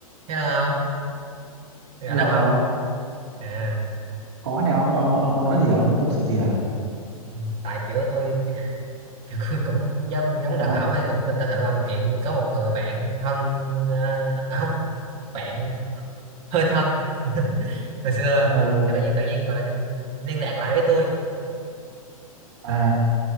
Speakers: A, on the right (about 30°); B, on the right (about 50°).
A: hello ông rảnh
B: là
A: không ông à
B: có này ông ông ông muốn nói gì à? Ông muốn tâm sự gì à?
A: ừ, tại kiểu tôi <laughs> kiểu cũng cũng giống giống
B: Sao?
A: đặc hảo ấy cũng tin tâm sự ông mà chuyện có một người bạn thân ờ, à, không bạn hơi thân <laughs> hồi xưa
B: ờ
A: cái tự nhiên tự nhiên gọi là liên lạc lại với tôi
B: à